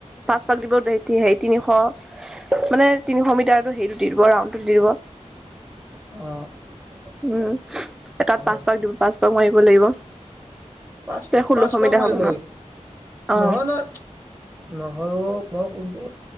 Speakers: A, in the centre; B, on the right (about 20°).
A: পাচ পাক দিব হে তিনিশ মানে তিনিশ মিটাৰ সেইটো দিব ৰাউণ্ড টোত দিব
B: অ
A: উম তাত
B: হয়
A: পাঁচপাক
B: হয়।
A: দিব পাঁচপাক মাৰিব লাগিব
B: পাঁচ
A: তে ষোল্লশ
B: পাঁচ পাক
A: মিটাৰ
B: মাৰিব
A: হ'ব ন।
B: লাগিব
A: অ
B: নহয় নহয় নহয় অ মই কমতো